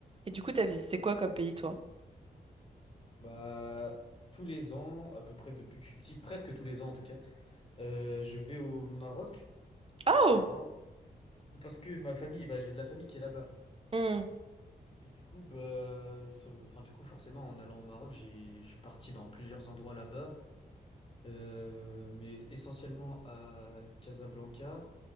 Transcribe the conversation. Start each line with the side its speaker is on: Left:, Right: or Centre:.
Right: Et du coup, t'as visité quoi comme pays, toi?
Left: Bah, tous les ans, à peu près depuis que je suis petit, presque tous les ans en tout cas, euh, je vais au Maroc, forcément,
Right: Ah, Oh!
Left: parce que ma famille, bah, j'ai de la famille qui est là-bas.
Right: Hmm.
Left: Et du coup, bah, ça- enfin, du coup, forcément, en allant au Maroc, j'ai, je suis parti dans plusieurs endroits là-bas, euh, mais essentiellement à Casablanca